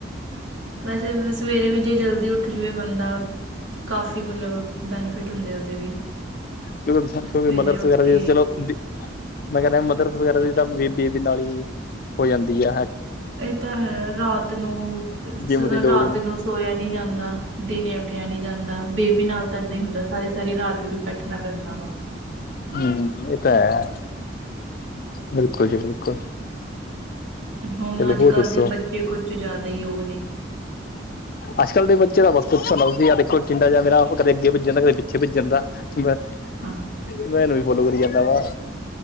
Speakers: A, on the right (about 80°); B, on the left (about 50°).
A: ਵੈਸੇ ਸਵੇਰੇ ਵੀ ਜੇ ਜਲਦੀ ਉੱਠ ਜਾਵੇ ਬੰਦਾ ਕਾਫੀ ਮਤਲਬ ਬੈਨੀਫਿਟ ਹੁੰਦੇ ਆ ਉਹਦੇ ਵੀ।
B: ਕਿਉਂਕਿ ਕਿਉਂਕਿ
A: ਸਵੇਰੇ
B: ਮਦਰਸ
A: ਉੱਠ
B: ਵਗੈਰਾ ਦੀ
A: ਕੇ
B: ਚਲੋ। ਮੈਂ ਕਹਿੰਦਾ ਮਦਰ ਵਗੈਰਾ ਦੀ ਤਾਂ ਬੇਬੀ ਨਾਲ ਹੀ ਹੋ ਜਾਂਦੀ ਹੈ।
A: ਇਹ ਤਾਂ ਹੈ ਰਾਤ ਨੂੰ
B: ਜਿੰਮ ਦੀ ਲੋੜ
A: ਰਾਤ
B: ਹੀ ਨਹੀਂ
A: ਨੂੰ ਸੋਇਆ ਨਹੀ ਜਾਂਦਾ ਦਿਨੇ। ਉੱਠਿਆ ਨੀ ਜਾਂਦਾ ਬੇਬੀ ਨਾਲ ਤਾਂ ਇੱਦਾਂ ਹੀ ਹੁੰਦਾ ਸਾਰੀ ਸਾਰੀ ਰਾਤ ਵੀ ਬੈਠਣਾ। ਪੈਂਦਾ ਵਾ,
B: ਹਮ ਇਹ ਤਾਂ ਹੈ। ਬਿਲਕੁਲ ਜੀ ਬਿਲਕੁਲ।
A: ਹੁਣ
B: ਚਲੋ
A: ਅੱਜ
B: ਹੋਰ
A: ਕੱਲ
B: ਦੱਸੋ
A: ਦੇ ਬੱਚੇ ਕੁਝ ਜ਼ਿਆਦਾ ਹੀ ਉਹ ਨੇ।
B: ਅੱਜ ਕੱਲ ਦੇ ਬੱਚੇ ਦਾ ਬਸ ਪੁੱਛੋਂ ਨਾ ਤੁਸੀ ਆ ਦੇਖੋ ਚਿੰਦਾ ਜਾ ਮੇਰਾ ਕਦੇ ਅੱਗੇ ਪੱਜ ਜਾਂਦਾ ਕਦੇ ਪਿੱਛੇ ਭੱਜ ਜਾਂਦਾ। ਮੈਂ
A: ਹਾਂ
B: ਮੈਂ ਇਹਨੂੰ ਵੀ ਫੋਲੋ ਕਰੀ ਜਾਂਦਾ ਵਾ।